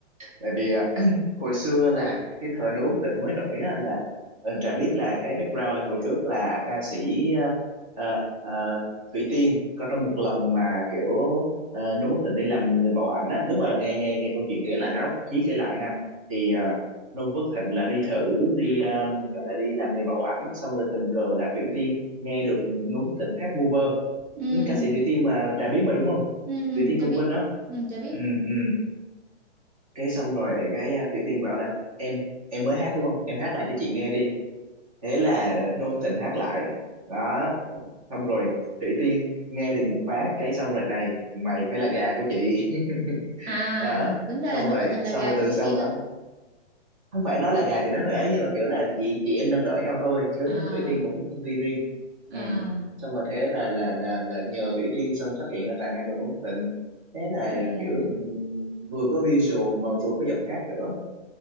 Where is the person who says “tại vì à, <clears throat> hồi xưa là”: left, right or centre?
Right